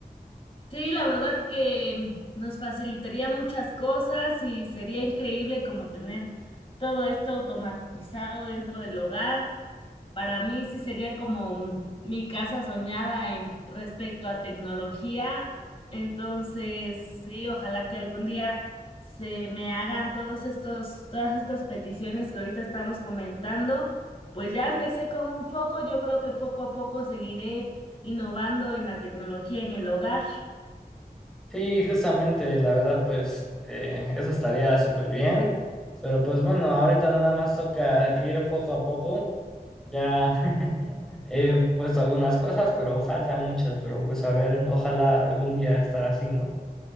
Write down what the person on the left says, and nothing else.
Sí, la verdad que mm, nos facilitaría muchas cosas y sería increíble como tener todo esto automatizado dentro del hogar. Para mí sí sería como mm, mi casa soñada en respecto a tecnología. Entonces, sí, ojalá que algún día se me hagan todos estos, todas estas peticiones que ahorita estamos comentando. Pues ya empecé con un foco, yo creo que poco a poco seguiré innovando en la tecnología en el hogar.